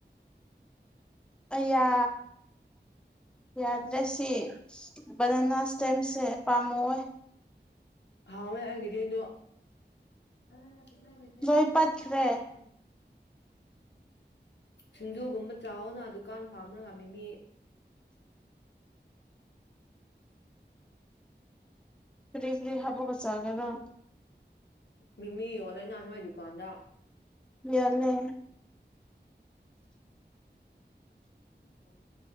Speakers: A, in the centre; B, on the left (about 75°).
A: ꯑꯌꯥ ꯌꯥꯗ ꯔꯦꯁꯤ ꯅꯟꯅꯥꯁ ꯇꯁꯦ ꯄꯥꯃ ꯑꯣꯏꯣꯏ
B: ꯍꯥꯎꯋꯦ ꯑꯩꯒꯤꯗꯤꯗꯣ ꯑ <unintelligible> ꯂꯩꯗ꯭ꯔꯦ
A: ꯂꯣꯏ
B: ꯁꯤ
A: ꯄꯠꯈ꯭ꯔꯦ
B: ꯍꯥꯏꯦ ꯀ ꯁꯤꯡꯖꯨꯒꯨꯝꯕ ꯆꯥꯎꯅ ꯗꯨꯀꯥꯟ ꯐꯥꯝꯅꯒ ꯃꯤꯃꯤ
A: ꯐꯔꯤ ꯀꯔꯤ ꯍꯕꯒ ꯆꯒꯗ
B: ꯃꯤꯃꯤ ꯑꯣꯂꯗꯁ ꯗꯨꯀꯥꯟꯗ
A: ꯌꯥꯜꯂꯦ
B: ꯎꯝ